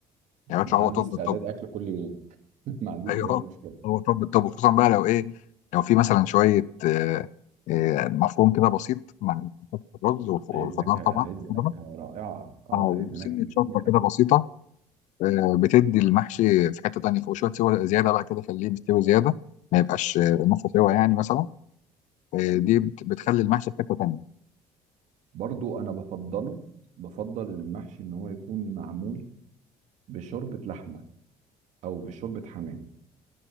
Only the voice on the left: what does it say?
يا باشا
هو توب
ايوه
هو طب طب خصوصا بقى لو ايه لو في مثلا شويه آه، آه، مفروم كده بسيط مع فتة الرز والخ- والخضار
طبعا
الخضار
او
سنه
شطه كده بسيطه آه، بتدي المحشي في حته تانيه وشويه سوى زياده بقى كده خليه مستوي زياده ما يبقاش آه، نص سوا يعني مثلا آه، دي بت- بتخلي المحشي في حته تانيه